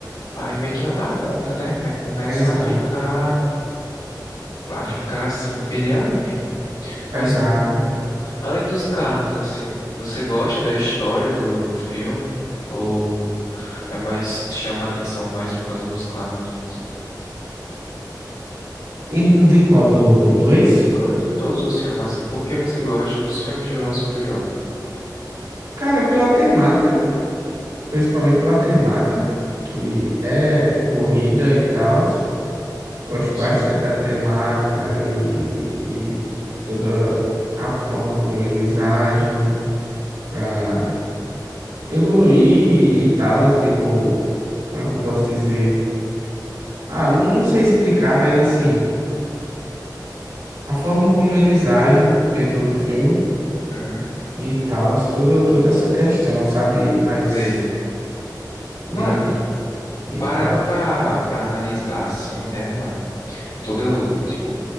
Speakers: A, on the left; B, on the right.
A: Aí meio que não dá conta, né? Aí começa
B: Exato,
A: a ficar, a ficar assim, perder a linha.
B: exato.
A: Mas além dos carros, assim, você gosta da história do, do filme? Ou... É mais, chama a atenção mais por causa dos carros mesmo.
B: Em- De qual? Do, do dois?
A: Do, de todos os filmes, assim. Por que você gosta dos filmes de Velozes e Furiosos?
B: Cara, pela temática, principalmente pela temática, que é corrida e tal. Gosto
A: Sei.
B: bastante da temática e, e de toda a forma como eles agem para evoluir e tal, tipo, como é que eu posso dizer? Ah, não, não sei explicar, mas assim, a forma como eles agem dentro do filme
A: Hum,
B: e tal, toda, toda essa questão, sabe? Mas
A: sei.
B: meio
A: Mano,
B: que e
A: parando
B: tal.
A: pra, pra analisar, assim, né, mano? Toda, tipo,